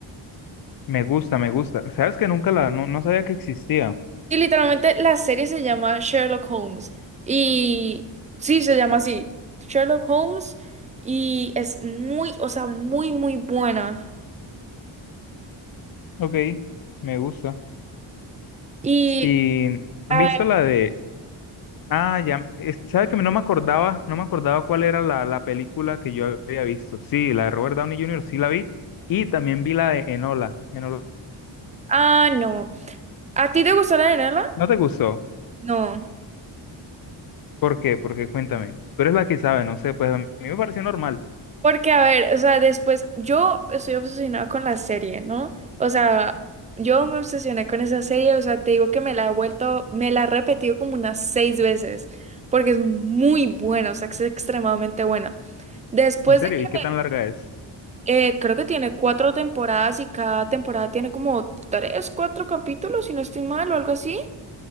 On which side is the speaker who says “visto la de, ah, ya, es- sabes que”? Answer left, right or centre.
Left